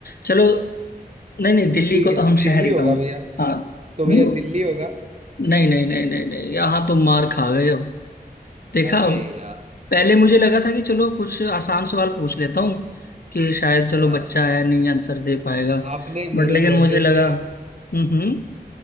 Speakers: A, on the left (about 65°); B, on the right (about 40°).
A: चलो नहीं नहीं दिल्ली
B: ठीक
A: को
B: है
A: तो
B: तो
A: हम
B: दिल्ली
A: शहर ही
B: होगा
A: काउंट
B: भैया
A: हाँ
B: तो भैया
A: हम्म,
B: दिल्ली होगा
A: नहीं नहीं नहीं नहीं नहीं यहाँ तो मार खा गए अब देखा
B: अरे यार
A: पहले मुझे लगा था कि चलो कुछ आसान सवाल पूछ लेता हूँ कि शायद चलो
B: हाँ
A: बच्चा है नहीं आंसर दे पाएगा
B: आपने
A: बट
B: मेरे
A: लेकिन
B: जनरे
A: मुझे लगा
B: से
A: हम्म हम्म